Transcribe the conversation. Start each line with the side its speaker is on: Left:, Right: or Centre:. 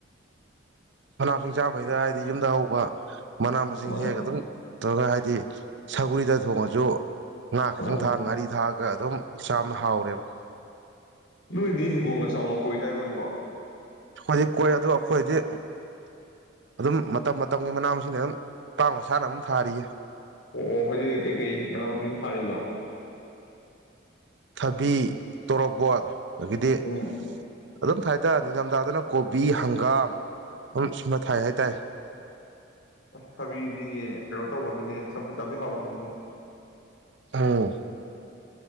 Right: ꯃꯅꯥ ꯃꯁꯤꯡ ꯆꯥꯕꯩꯗ ꯍꯥꯏꯗꯤ ꯌꯨꯝꯗ ꯍꯧꯕ ꯃꯅꯥ ꯃꯁꯤꯡ
Left: ꯃꯥꯅꯤ
Right: ꯍꯦꯛꯑꯒ ꯑꯗꯨꯝ ꯇꯧꯔꯒ ꯍꯥꯏꯗꯤ ꯁꯧꯒ꯭ꯔꯤꯗ ꯊꯣꯡꯉꯥꯁꯨ ꯉꯥ ꯈꯤꯇꯪ
Left: ꯃꯥꯅꯤ
Right: ꯊꯥꯛꯑ ꯉꯥꯔꯤ ꯊꯥꯛꯑꯒ ꯑꯗꯨꯝ ꯆꯥꯝꯅ ꯍꯥꯎꯔꯦꯕ
Left: ꯅꯣꯏꯗꯤ ꯍꯤꯡꯒꯣꯜꯒ ꯆꯥꯎꯅ ꯀꯣꯏꯗꯥꯏꯅꯦ ꯅꯣꯏꯕꯣ
Right: ꯑꯩꯈꯣꯏꯗꯤ ꯀꯣꯏ ꯑꯗꯣ ꯑꯩꯈꯣꯏꯗꯤ ꯑꯗꯨꯝ ꯃꯇꯝ ꯃꯇꯝꯒꯤ ꯃꯅꯥ ꯃꯁꯤꯡꯅ ꯑꯗꯨꯝ ꯄꯥꯛꯅ ꯁꯥꯟꯅꯕ ꯑꯗꯨꯝ ꯊꯥꯔꯤꯌꯦ
Left: ꯑꯣ ꯍꯧꯖꯤꯛ ꯀꯩꯀꯩ ꯃꯅꯥ ꯃꯁꯤꯡ ꯊꯥꯔꯤꯕ
Right: ꯊꯥꯕꯤ ꯇꯣꯔꯕꯣꯠ ꯑꯗꯒꯤꯗꯤ
Left: ꯎꯝ
Right: ꯑꯗꯨꯝ ꯊꯥꯏꯗ ꯅꯤꯡꯊꯝꯊꯥꯗꯅ ꯀꯣꯕꯤ ꯍꯪꯒꯥꯝ ꯑꯗꯨꯝ ꯁꯨꯅ ꯊꯥꯏ ꯍꯥꯏꯇꯥꯢꯌꯦ
Left: ꯑꯥ ꯊꯥꯕꯤꯗꯤ ꯀꯩꯅꯣ ꯇꯧꯕꯅꯤꯅꯦ ꯆꯝꯐꯨꯠ ꯆꯥꯕꯗꯤ ꯍꯥꯎꯕꯅꯤꯅꯦ
Right: ꯑꯝ